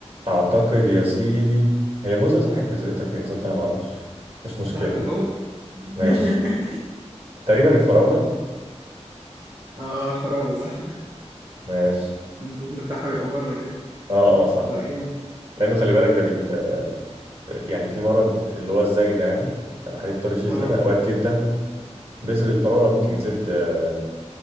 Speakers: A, on the right (about 55°); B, on the right (about 40°).
A: اعتقد يا سيدي هي الموزة صحيح بذرتها فين صدق ما اعرفش مش مشكلة
B: لا جوه <laughs>
A: ماشي تقريبا الفراولة
B: اه الفراولة صح
A: ماشي
B: البذرة بتاعها بيبقى بره كده
A: اه اه صح
B: لا جامد
A: لانه خلي بالك ده بيت آه، في- يعني في مرض اللي هو الزايدة يعني لما حد بيضطر يشيل
B: اه
A: زايدة اوقات جدا بذر الفراولة ممكن يسد آه،